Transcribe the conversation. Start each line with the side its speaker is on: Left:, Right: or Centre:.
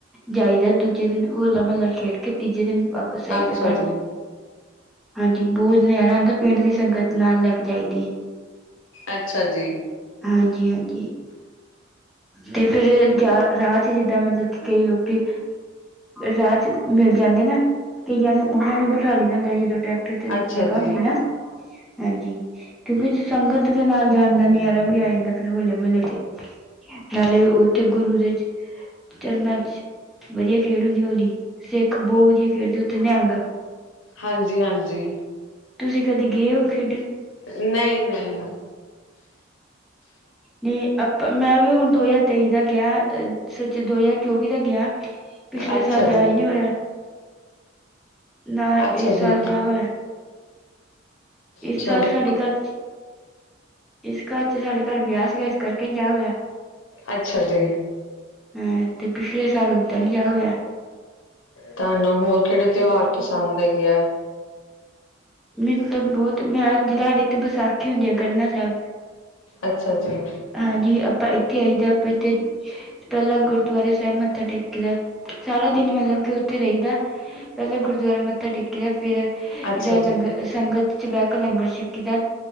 Centre: ਜਾਈਦਾ, ਦੂਜੇ ਦਿਨ ਹੋਲਾ ਮਹੱਲਾ ਖੇਡ ਕੇ, ਤੀਜੇ ਦਿਨ ਵਾ ਪਸ ਆਈ
Left: ਅੱਛਾ
Centre: ਦਾ ਘਰ
Left: ਜੀ,
Centre: ਨੂੰ। ਹਾਂਜੀ ਬੋਤ ਨਜ਼ਾਰਾ ਆਦਾ ਪਿੰਡ ਦੀ, ਸੰਗਤ ਨਾਲ ਲੈ ਕੇ ਜਾਈ ਦੀ ਐ।
Left: ਅੱਛਾ ਜੀ।
Centre: ਹਾਂਜੀ- ਹਾਂਜੀ। ਤੇ ਫੇਰ ਜਾ ਰਾਤ, ਹੀ ਜਿੱਦਾਂ ਮਤਲਬ ਕਿ, ਕਈ ਲੋਕੀ ਰਾਹ ਚ ਮਿਲ ਜਾਂਦੇ ਨਾ, ਕਈਆਂ ਨੂੰ ਉਹਨਾਂ ਨੂੰ, ਬਿਠਾ ਲਈ ਦਾ ਹੁੰਦਾ ਹੀ, ਜਦੋਂ ਟਰੈਕਟਰ ਉਥੇ ਤੇ
Left: ਅੱਛਾ
Centre: ਜਗਾ
Left: ਜੀ,
Centre: ਹੁੰਦੀ ਨਾ। ਹਾਂਜੀ, ਕਿਉਂਕਿ ਸੰਗਤ ਦੇ ਨਾਲ, ਜਾਣ ਦਾ ਨਜ਼ਾਰਾ ਵੀ ਆ ਜਾਂਦਾ। ਫਿਰ ਹੋਲੇ ਮੁਹੱਲੇ ਤੇ। ਨਾਲੇ ਉੱਥੇ, ਗੁਰੂ ਦੇ ਚਰਨਾਂ ਚ, ਵਧੀਆ ਖੇਡ ਹੁੰਦੀ ਐ ਹੋਲੀ। ਸਿੱਖ ਬਹੁਤ ਵਧੀਆ, ਖੇਡਦੇ ਉੱਥੇ ਨਿਹੰਗ।
Left: ਹਾਂਜੀ- ਹਾਂਜੀ।
Centre: ਤੁਸੀਂ ਕਦੇ, ਗਏ ਹੋ ਖੇਡਣ?
Left: ਨਹੀਂ- ਨਹੀਂ।
Centre: ਨਹੀਂ ਆਪਾਂ, ਮੈਂ ਵੀ ਹੁਣ, ਦੋ ਹਜ਼ਾਰ ਤੇਈ ਦਾ ਗਿਆ, ਸੱਚ ਦੋ ਹਜ਼ਾਰ ਚੌਵੀ ਦਾ ਗਿਆ। ਪਿੱਛਲੇ
Left: ਅੱਛਾ
Centre: ਸਾਲ, ਜਾ
Left: ਜੀ,
Centre: ਹੀ ਨਹੀਂ ਹੋਇਆਂ, ਨਾ ਇਸ
Left: ਅੱਛਾ
Centre: ਸਾਲ
Left: ਜੀ,
Centre: ਜਾ ਹੋਇਆ। ਇਸ
Left: ਚਲੋ
Centre: ਸਾਲ, ਸਾਡੇ ਘਰ ਚ, ਇਸ ਘਰ, ਚ ਸਾਡੇ ਘਰ ਵਿਆਹ ਸੀਗਾ, ਇਸ ਕਰਕੇੰ ਨੀ ਜਾ ਹੋਇਆਂ।
Left: ਅੱਛਾ ਜੀ।
Centre: ਹੂੰ, ਤੇ ਪਿਛਲੇ ਸਾਲ ਉੱਦਾਂ, ਨੀ ਜਾ ਹੋਇਆਂ।
Left: ਤੁਹਾਨੂੰ ਹੋਰ, ਕਿਹੜੇ ਤਿਉਹਾਰ ਪਸੰਦ ਹੈਗੇ ਆ?
Centre: ਮੈਨੂੰ ਤਾਂ ਬਹੁਤ, ਮੈਂ ਜ ਤੁ ਸਾਡੇ ਇਥੇ, ਵਿਸਾਖੀ ਹੁੰਦੀ ਆ ਗਰਨਾ ਸਾਹਿਬ।
Left: ਅੱਛਾ ਜੀ।
Centre: ਹਾਂਜੀ, ਆਪਾਂ ਇੱਥੇ ਆਈ ਦਾ ਆਪਾਂ, ਇੱਥੇ ਪਹਿਲਾਂ ਗੁਰਦੁਆਰੇ ਸਾਹਿਬ ਮੱ ਥਾ ਟੇਕੀ ਦਾ, ਸਾਰਾ ਦਿਨ ਮਤਲਬ, ਕਿ ਉੱਥੇ ਰਈਦਾ। ਪਹਿਲਾਂ ਗੁਰਦੁਆਰਾ ਮੱਥਾ ਟੇਕੀਦਾ ਫੇਰ
Left: ਅੱਛਾ
Centre: ਇਹਦਾ
Left: ਜੀ।
Centre: ਲੰਗਰ, ਸੰਗਤ ਚ ਬਹਿ ਕੇ ਲੰਗਰ ਚ ਛ ਕੀ ਦਾ,